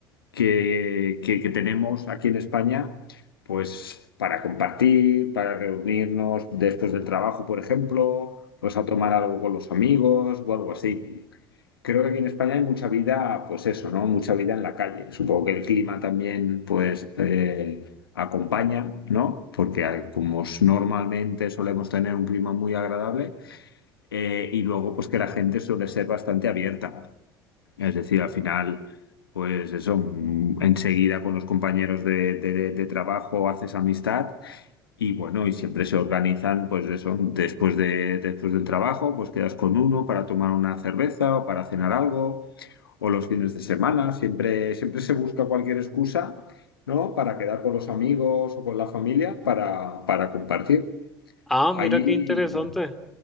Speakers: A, on the left; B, in the centre.
A: que, que- que tenemos aquí en España, pues para compartir, para reunirnos después del trabajo, por ejemplo, pues a tomar algo con los amigos o algo así. Creo que aquí en España hay mucha vida, pues eso, ¿no? Mucha vida en la calle. Supongo que el clima también, pues, eh, acompaña, ¿no? Porque hay- como s- normalmente solemos tener un clima muy agradable, eh, y luego, pues, que la gente suele ser bastante abierta. Es decir, al final, pues eso, mm, enseguida con los compañeros de, de- de- de trabajo haces amistad y bueno, y siempre se organizan, pues eso, después de, después del trabajo, pues quedas con uno para tomar una cerveza o para cenar algo, o los fines de semana, siempre, siempre se busca cualquier excusa, ¿no? Para quedar con los amigos o con la familia para, para compartir.
B: Ah, mira
A: Allí,
B: qué interesante.